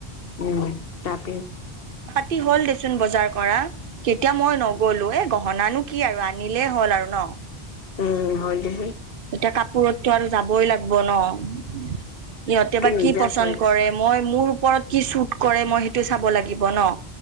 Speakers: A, on the left (about 60°); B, on the right (about 55°).
A: উম, যাপি
B: তি হ'ল দেচোন বজাৰ কৰা কেতিয়া মই নগ'লো এ ভনানো কি আৰু আনিলেই হ'ল আৰু ন'।
A: উম, হয় দেহে।
B: এতিয়া কাপোৰতটো আৰু যাবই লাগব ব ন' সিহঁতে বা
A: নিজা
B: কি পচন্দ
A: চইচ
B: কৰে। মই মোৰ ওপৰত কি শ্বুট কৰে মই সেইটো চাব লাগিব ন'।